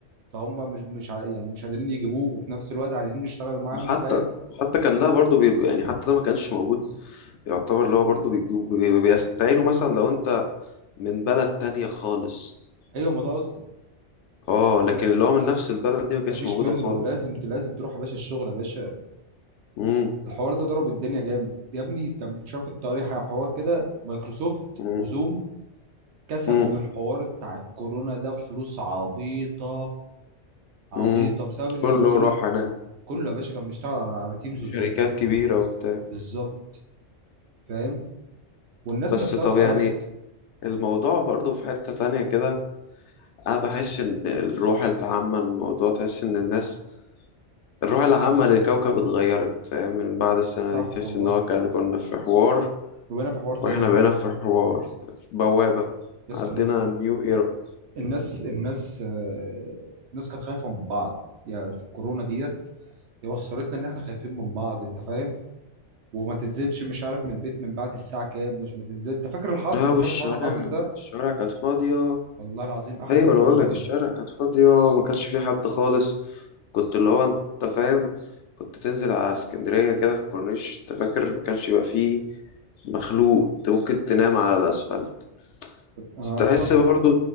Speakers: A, on the right; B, on the left.
A: فهم مش مش ع- يعني مش قادرين يجيبوه وفي نفس الوقت عايزين نشتغل معاهم
B: وحتى
A: فاهم
B: حتى كان لها برضو بيبقى يعني حتى ده ما كانش موجود يعتبر اللي هو برضو بيجيب بي- بيستعينوا مثلا لو أنت من بلد تانية خالص
A: ايوه ما ده قصدي
B: اه لكن
A: فاهم
B: اللي هو من نفس البلد دي ما كانتش
A: مفيش
B: موجودة
A: منه
B: خالص
A: لازم لازم تروح يا باشا الشغل يا باشا
B: مم.
A: الحوار ده ضرب الدنيا جامد يا ابني كان شاف كنت قاري حوار كده مايكروسوفت
B: مم.
A: وزوم كسبوا
B: مم.
A: من الحوار بتاع الكورونا ده فلوس عبيطه عبيطه
B: مم.
A: بسبب الناس
B: كله
A: كلها
B: راح هناك
A: كله يا باشا كان بيشتغل على على تيمز
B: شركات
A: وزوم
B: كبيرة وبتاع
A: بالظبط فاهم والناس
B: بس
A: نفسها
B: طب
A: اتغيرت
B: يعني الموضوع برضو في حتة تانية كده أنا بحس إن الروح العامة للموضوع تحس إن الناس الروح العامة للكوكب اتغيرت فاهم من بعد السنة
A: صح
B: دي تحس
A: والله
B: إن هو كان كنا في حوار
A: وانا في حوار تاني
B: وإحنا
A: فعلا
B: بقينا في حوار في بوابة
A: يا اسطى
B: عندنا نيو إيرا
A: الناس الناس آه، الناس كانت خايفه من بعض يعني في الكورونا ديت وصلتنا ان احنا خايفين من بعض انت فاهم وما تنزلش مش عارف من البيت من بعد الساعه كام مش ما تنزل انت فاكر الحظر
B: اه والشوارع
A: فاكر حوار الحظر ده
B: الشوارع كانت فاضية
A: والله العظيم احلى
B: ايوه
A: فتره
B: انا بقول
A: في الدنيا
B: لك الشارع كانت فاضيه ما كانش في حد خالص كنت اللي هو انت فاهم كنت تنزل على اسكندريه كده في الكورنيش انت فاكر ما كانش يبقى فيه مخلوق انت ممكن تنام على الاسفلت
A: انا
B: بس تحس
A: اصلا
B: برضو